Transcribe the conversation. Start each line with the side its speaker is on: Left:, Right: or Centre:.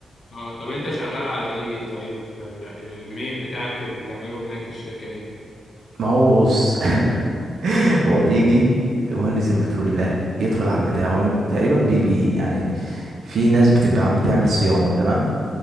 Left: اه طب انت شغال على ايه طيب في ال- المين بتاعك اللي بتعمله هناك في الشركة ايه
Right: ما هو بص <laughs> هو بيجي مهندس البترول ده يدخل على البتاع هو تقريبا بي بي يعني في ناس بتبقى عم تعمل صيانة تمام